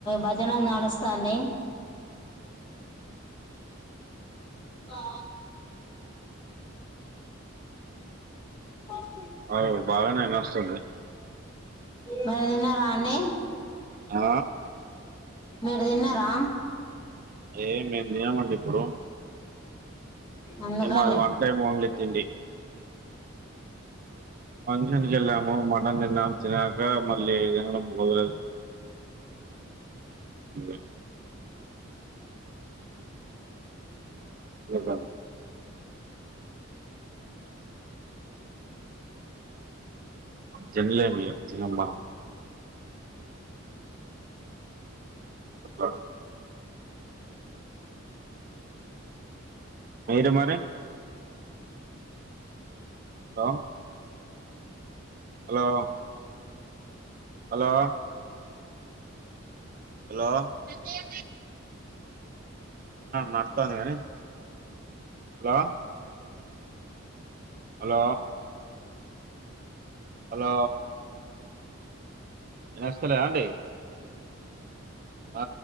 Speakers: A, on the left; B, on the right.
A: భజన నాడాస్తది ఆ ఇ
B: అవు బాగానే ఇనస్తుంది
A: మీరు తిన్నారాండి
B: ఆ
A: మీరు తిన్నారా
B: ఏ మేమూతినమండి ఇప్పుడు
A: అందుకండి
B: ఇ మాది వన్ టైం ఓన్లీ తిండి ఫంక్షన్ కు వెళ్ళాము మటన్ తిన్నాము తినక మళ్ళీ తినడం కుదరదు <unintelligible> <unintelligible> తిన్లేమ్ము ఇగా తినం మనం <unintelligible> మీరు మరి hello hello hello hello hello <unintelligible> నడుతంది కానీ హలో హలో హలో ఇనస్తలేదాండి ఆ